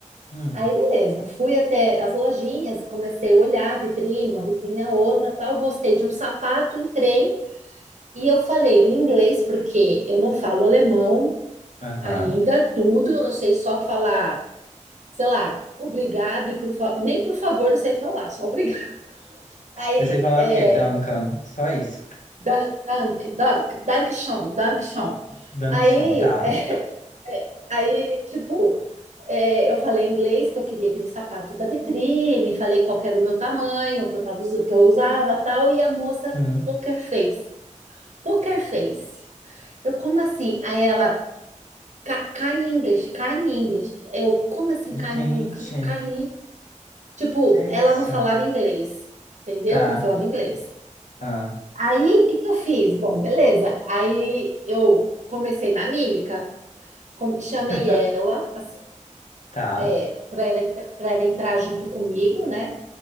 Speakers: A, on the left (about 75°); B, on the right (about 65°).
A: Hum,
B: Aí beleza, fui até as lojinhas, comecei a olhar a vitrine, uma vitrine a outra, tal, gostei de um sapato, entrei e eu falei em inglês porque eu não falo alemão
A: aham.
B: ainda tudo, eu sei só falar sei lá, obrigado e por fa... nem por favor eu sei falar, só obrigado. <laughs> Aí,
A: Eu sei falar
B: é,
A: o quê? Duncan. Só isso.
B: dank, dank, dank, dankshon, dankshon.
A: Dunction,
B: Aí,
A: tá.
B: é, aí, tipo, é, eu falei em inglês que eu queria aquele sapato da vitrine, falei qual que era o meu tamanho, que eu tava, usa- que eu usava, tal, e a moça
A: Hum.
B: poker face, poker face. Eu, como assim? Aí ela, "Ki- kind English, kind English. Eu, como assim,
A: Gente,
B: kind, Eng- kind Tipo,
A: que é
B: ela
A: isso?
B: não falava inglês, entendeu?
A: Tá.
B: Não falava inglês.
A: Ah.
B: Aí, o que que eu fiz? Bom, beleza. Aí eu comecei na mímica, com- chamei
A: <laughs>
B: ela, assim,
A: Tá.
B: é, para ela, entra- pra ela entrar junto comigo, né?